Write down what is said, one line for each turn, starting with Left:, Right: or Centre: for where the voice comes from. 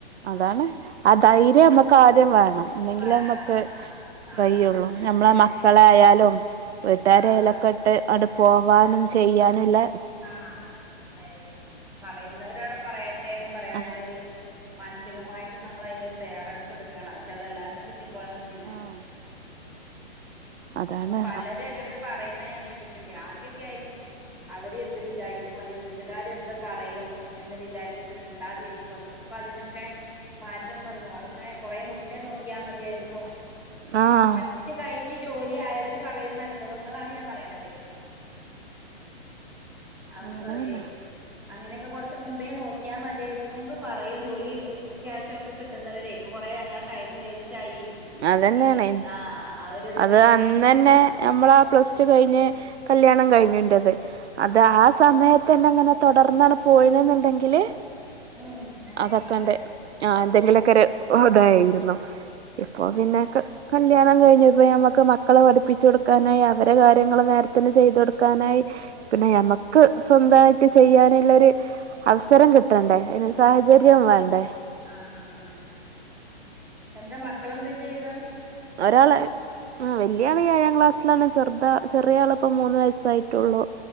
Right: അതാണ് ആ ധൈര്യമക്ക് ആദ്യംവേണം ഇന്നെങ്കിലെമക്ക്
Centre: വേണോ ആ ആ
Right: കയ്യൊള്ളു
Centre: അതെ
Right: ഞമ്മളെമക്കളെയാലും
Centre: അതെ ആരെയും
Right: വീട്ടാരയലൊക്കെട്ട്
Centre: ആ
Right: അണ്ട് പോവാനും ചെയ്യാനുള്ള
Centre: ആഹ് ധൈര്യംവേണം പറയുന്നവരവിടെ പറയട്ടേന്ന് പറയാനുള്ളരു
Right: ആഹ്
Centre: മാനസികമായിട്ടും നമ്മൾ അതിനൊരു തയ്യാറെടുപ്പ് ഇടുക്കണം പക്ഷെ അതെല്ലാർക്കും കിട്ടിക്കോൾണംന്നില്ല
Right: ആഹ് അതാണ്
Centre: അപ്പൊ പലരും എന്റെടുത്ത് പറയുന്ന ഞാൻ കെട്ടിട്ടുണ്ട് ആദ്യക്കായിരുന്നു നീ എന്ത് വിചാരിക്കും അല്ലെ വീട്ടുകാര് എന്ത്പറയും എന്ന് വിചാരിച്ചിട്ട് മിണ്ടാതിരിക്കും ഇപ്പ അതിനൊക്കെ മാറ്റംവന്നു അതൊക്കെ കൊറെ മുന്നേ നോക്കിയാമതിയായിരുന്നു ഏഹ്
Right: ആഹ്
Centre: പഠിച്ചുകഴിഞ് ജോലിആയവര് പറയുന്ന അനുഭവങ്ങളാണ് ഞാൻപറയുന്നത് അവര്
Right: അങ്ങനെ
Centre: പറയേ
Right: തന്നെ
Centre: അങ്ങനെയൊക്കെ കുറച്ച് മുമ്പേ നോക്കിയാ മതിയായിരുന്നുന്ന് പറയും ജോലി ക്യാഷോക്കെ കിട്ടുന്നവരെ ഇപ്പൊകൊറേ ഞങ്ങള ടൈമ് വേസ്റ്റായി
Right: അതന്നെയാണ്
Centre: ഇനിയും ആ അവര്ന
Right: അത് അന്നന്നെ നമ്മളാ പ്ലസ് ടു കയിഞ്ഞ് കല്ല്യാണം കഴിഞ്ഞുന്റത് അത്
Centre: ഉം
Right: ആ സമയത്തന്നങ്ങനെ തൊടർന്നാണ് പോയിണ്ന്ന്ണ്ടെങ്കില്
Centre: ഉം എന്തെങ്കിലുമൊക്കെ
Right: അതൊക്കണ്ട്
Centre: ഒരു
Right: ആ എന്തെങ്കിലൊക്കെരു ഉതായിരുന്നു ഇപ്പൊപിന്നെ ക് കല്യാണംകഴിഞ്ഞതും ഇപ്പ ഞമക്ക് മക്കളെ പഠിപ്പിചൊടുക്കാനായി അവരെ കാര്യങ്ങള് നേര്ത്തിന് ചെയ്തൊടുക്കാനായി പിന്നെ ഞമക്ക് സ്വന്തായിട്ട് ചെയ്യാന്ല്ലൊര് അവസരം കിട്ടണ്ടേ അതിനൊരു
Centre: കിട്ടുന്ന
Right: സാഹചര്യം വേണ്ടേ
Centre: ആഹ് അതെ അതെ എന്താ മക്കളെന്തെചെയ്യ്ണെ
Right: ഒരാള് ആഹ് വല്യാള് ഏഴാം ക്ലാസ്സിലാണ് ചെറുത ചെറിയ ആളിപ്പ മൂന്ന് വയസ്സായിട്ടുള്ളു